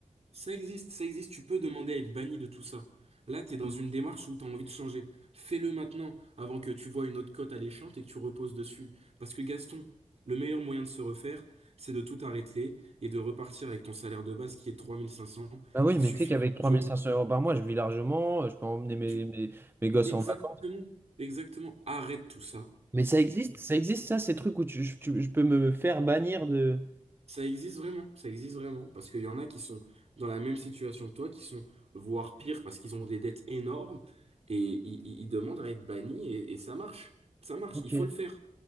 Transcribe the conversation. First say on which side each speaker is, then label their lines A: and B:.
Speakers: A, on the right; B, on the right.
A: Ça existe, ça existe, tu peux demander à être banni de tout ça. Là, t'es dans une démarche où t'as envie de changer. Fais-le maintenant, avant que tu vois une autre cote alléchante et que tu reposes dessus. Parce que Gaston, le meilleur moyen de se refaire, c'est de tout arrêter et de repartir avec ton salaire de base qui est 3500,
B: Bah oui,
A: qui te
B: mais
A: suffira
B: tu sais qu'avec
A: largement.
B: 3500 euros par mois, je vis largement, euh, je peux emmener mes,
A: Tu...
B: mes, mes gosses
A: Exactement,
B: en vacances.
A: exactement. Arrête tout ça.
B: Mais ça existe, ça existe, ça, ces trucs où tu, je tu- je peux me faire bannir de...
A: Ça existe vraiment, ça existe vraiment, parce qu'il y en a qui sont dans la même situation que toi, qui sont voire pire parce qu'ils ont des dettes énormes et ils, ils- ils demandent à être bannis et, et ça marche, ça marche,
B: Ok.
A: il faut le faire.